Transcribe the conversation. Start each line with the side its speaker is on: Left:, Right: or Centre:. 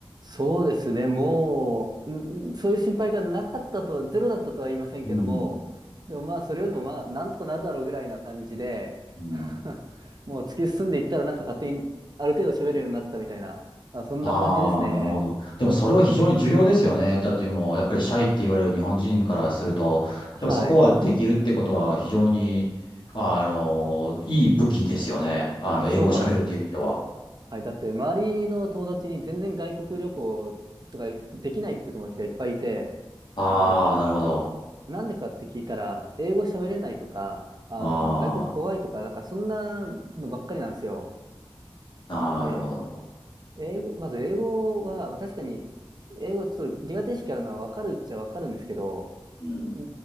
Right: そうですね、もう、んんそういう心配がなかったとは、ゼロだったとは言いませんけども、
Left: うん。
Right: でもまあ、それよりもまあ、なんとかなるだろうぐらいな感じで、
Left: うん。
Right: <laughs> もう突き進んでいったら、なんか勝手にある程度喋るようになってたみたいな、あ、そんな感じですね。
Left: ああ、なるほど。でもそれは非常に重要ですよね。だってもう、やっぱりシャイって言われる日本人からすると、
Right: はい。
Left: やっぱそこはできるってことは非常に、あの、いい武器ですよね。あの、
Right: そうかもしれない。
Left: 英語を喋るっていう意味では。
Right: はい。だって、周りの友達に全然外国旅行とかできないっていう友達がいっぱいいて、
Left: ああ、
Right: で、
Left: なるほど。
Right: なんでかって聞いたら、英語喋れないとか、あの、
Left: あ
Right: 外国怖いとか、なんかそんなのばっかりなんですよ。
Left: あ、
Right: で、
Left: なるほど。
Right: 英語、まず英語は、まあ確かに、英語ちょっと苦手意識あるのはわかるっちゃわかるんですけど、
Left: うん。
Right: うー